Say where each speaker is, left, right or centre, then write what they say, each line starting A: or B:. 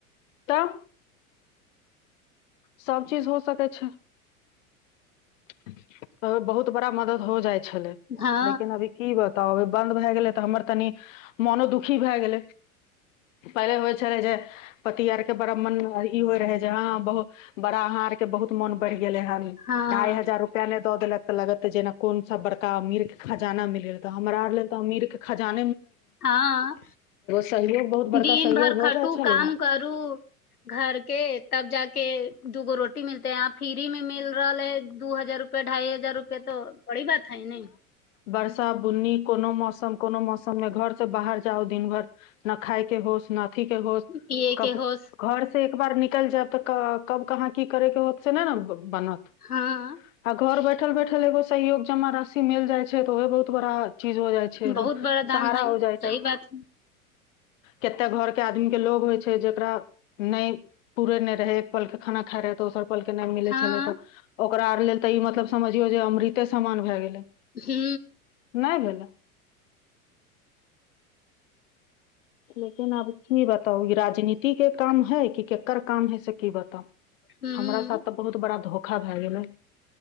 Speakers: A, on the left; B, on the left.
A: तऽ सब चीज हो सकै छै तऽ बहुत बड़ा मदद हो जाइ छै छलै
B: हँ
A: लेकिन अभी की बात तब अभ बंद भए गेले ते हमर तनी मोनो दुखी भए गेले पहिले होय छले जे पति आर के बड़ा मन ई होय रहे जे हा बहु बड़ा अहा आर के बहुत मन बढ़ गेले हे
B: हँ
A: ढइ हजार रुपआ ने दऽ देलक तऽ लगत जेना कोन सा बड़का अमीर के जाना मिल रह हमरा आर ल त अमीर खजाना
B: हँ
A: सहयोग बहुत बड़का
B: दिन
A: सहयोग
B: भर
A: हो
B: खटू
A: जाइ छलै
B: काम
A: ने
B: करू घर के तब जाक दूगो रोटी मिलत है यहाँ फ्री में मिल रहल है दू हजार रुपआ ढाई हजार रुपएो बड़ी बात खाय नहि
A: बर्सा बुन्नी कोनो मौसम कोनो मौसम मे घर से बाहर जाउ दिन भर न खााय के होस न के हो
B: पियए
A: कब
B: के होश
A: घर से एक बार निकल जायब तऽ कब कहाँ की करे के होत से ने ने बनत
B: हँ
A: आ घर ब ठलैठल एगो सहयग जमाा सी मिल जाइ छै तऽ ओहे बहुत बड़ा चीज हो जाइ छै ए
B: बहुत बड़ा दान
A: सहारा
B: है
A: हो जाइ
B: सही
A: छै
B: बात
A: कतेक घरके आदमी के लोग होइ छै जेकरा नहि पूुरे नहि रहै पल के खाना खा रहै तऽ ओस पल के नाम मिले
B: हँ
A: छलै तऽ ओकरा आर लेल तऽ ई मतलब समझियो जे अमृते समामान भय गेले
B: हू
A: नहि भेल लेकिन अबी बताउ राजनीति ी के काम है क केकर काम है से की बताउ
B: हूँ
A: हमरा साथ तऽ बहुत बड़ा धोखा ोखा भए गेलै